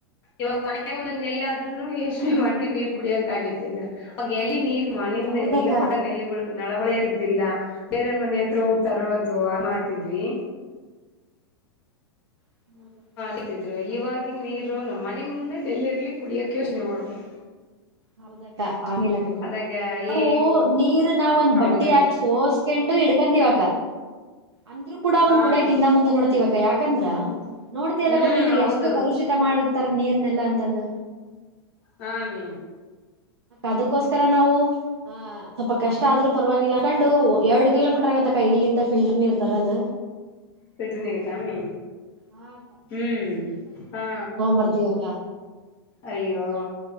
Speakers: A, on the left; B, on the right.
A: ಇವಾಗ ಮನೆಗೆ ಒಂದೊಂದು ನಲ್ಲಿ. ರು ಯೋಚನೆ ಮಾಡ್ಕೊಂಡ ನೀರ್ ಕುಡಿಯಂಗ ಆಗತೆ ಈಗ ಅವ ಎಲ್ಲಿ ನೀರ್ ಮನಿಂದ
B: ಹೌದಕ್ಕ
A: ಒಟ್ಟನಲ್ಲಿ ನಲ್ಲಿಗಳು. ನಳವಳಿದ್ದಿಲ್ಲ ಬೇರೆಯವ ಮನೆ ಹತ್ರ ಹೋಗಿ ತರೋದು ಹಾಗ ಮಾಡ್ತಿದ್ವಿ
B: <inaudible>
A: ಹ ಅಂತಿದ್ರು ಇವಾಗಿನ ನೀರು ನಮ್ಮ್ ಮನೆ ಮುಂದೆ ನೆಲ್ಲಿರ್ಲಿ ಕುಡಿಯಕ್ ಯೋಚನೆ ಮಾಡ್ಬೇಕು.
B: ಹೌದಕ್ಕ ಆಗ್ಲಕ್ಕ ಕೂಡ
A: ಅದಾಗ
B: ನಾವು
A: ಏ
B: ನೀರ್ ನಾವ ಒಂದ್
A: ಹೌದಮ್ಮಿ
B: ಬಟ್ಟಿ ಹಾಕಿ. ಕೆಂಡು ಇಡ್ಕಂತೀವ ಅಂದ್ರು ಕೂಡ ಅವ್ನ್
A: ಹಾ
B: ಕೂಡಿಯಾಕ್
A: ಅಮ್ಮಿ
B: ಹಿಂದೆ ಮುಂದೆ ನೋಡ್ತಿವಕ್ಕ ಯಾಕ. ಯಾಕಂದ್ರ ನೋಡ್ತಿಲಕ್ಕ
A: ಹ್ಮ್
B: ನೀನು
A: ಹೌದು
B: ಎಷ್ಟು ಕಲುಷಿತ ಮಾಡಿರ್ತಾರ ನೀರ್ನೆಲ್ಲಾ ಅಂತಂದು.
A: ಹಾ ಮೀ.
B: ಅದಕ್ಕೋಸ್ಕರ ನಾವು. ಸ್ವಲ್ಪ ಕಷ್ಟ ಆದ್ರೂ ಪರವಾಗಿಲ್ಲಕಂಡು ಎರಡ್ ಕಿಲೋಮೀಟರ್ ಆಗತಕ್ಕ ಇಲ್ಲಿಂದ ಫಿಲ್ಟರ್ ನೀರ್ ತರ ಅದು.
A: ಫಿಲ್ಟರ್ ನೀರ್ಗ ಮೀ
B: ಹಾ
A: ಹು ಹ್ಮಾ.
B: ಬರ್ತಿವಕ್ಕ.
A: ಅಯ್ಯೋ